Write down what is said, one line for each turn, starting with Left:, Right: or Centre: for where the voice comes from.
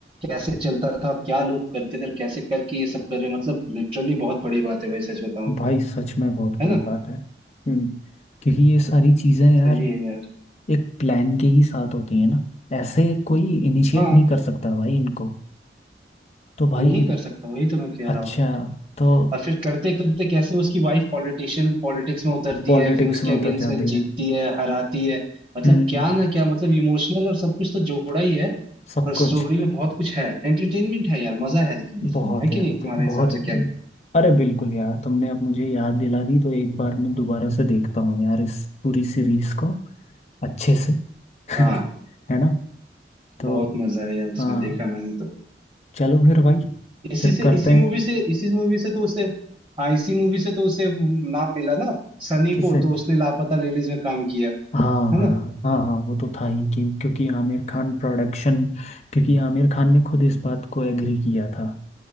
Right: कैसे चलता था और क्या लोग करते थे और कैसे करके ये सब कर रहे हैं मतलब लिटरली बहुत बड़ी बात है भाई सच बताऊं
Left: भाई
Right: तो
Left: सच में बहुत बड़ी
Right: है ना
Left: बात है हम्म क्योंकि ये सारी चीजें यार
Right: सही है यार
Left: एक प्लान के ही साथ होती है ना ऐसे कोई इनिशिएट
Right: हाँ
Left: नहीं कर सकता भाई इनको तो भाई
Right: नहीं कर सकता वही तो मैं कह
Left: अच्छा
Right: रहा हूँ
Left: तो
Right: और फिर करते करते कैसे उसकी वाइफ पॉलिटिशियन पॉलिटिक्स में उतरती
Left: पॉलिटिक्स
Right: है फिर उसके
Left: में
Right: अगेंस्ट
Left: उतर जाती
Right: में
Left: है
Right: जीतती है हराती है मतलब
Left: हम्म
Right: क्या ना क्या मतलब इमोशनल और सब कुछ तो जोड़ा ही है
Left: सब
Right: पर
Left: कुछ
Right: स्टोरी में बहुत कुछ है एंटरटेनमेंट है यार मजा है लेकिन देखने
Left: बहुत
Right: में है कि
Left: है यार
Right: नहीं तुम्हारे
Left: बहुत
Right: हिसाब
Left: है।
Right: से क्या
Left: अरे बिल्कुल यार तुमने अब मुझे याद दिला दी तो एक बार मैं दोबारा से देखता हूँ यार इस पूरी सीरीज को अच्छे से <laughs>
Right: हाँ
Left: है ना तो
Right: बहुत मजा है यार इसमें
Left: हाँ
Right: देखा मैंने तो
Left: चलो फिर भाई
Right: इसी
Left: फिर
Right: से
Left: करते
Right: इसी
Left: हैं
Right: मूवी से इसी मूवी से तो उसे हाँ इसी मूवी से तो उसे नाम मिला ना सनी
Left: किससे
Right: को तो उसने लापता लेडीज में काम किया
Left: हाँ
Right: है
Left: हाँ
Right: ना
Left: हाँ हाँ वो तो था ही क्यों क्योंकि आमिर खान प्रोडक्शन क्योंकि आमिर खान ने खुद इस बात को एग्री किया था